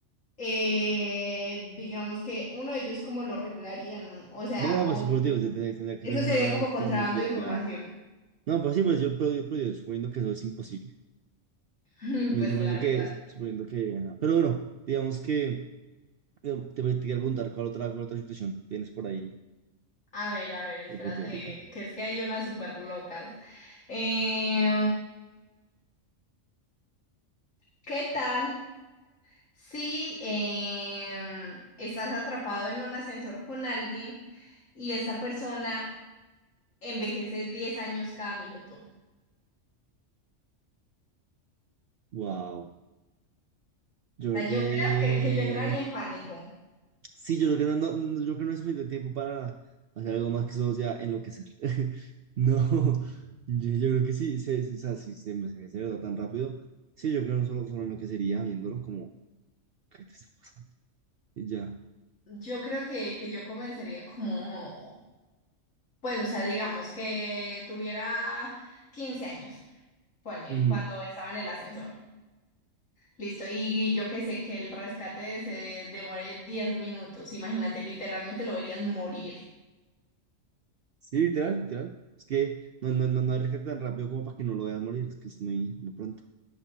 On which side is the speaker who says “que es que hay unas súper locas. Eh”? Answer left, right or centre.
Left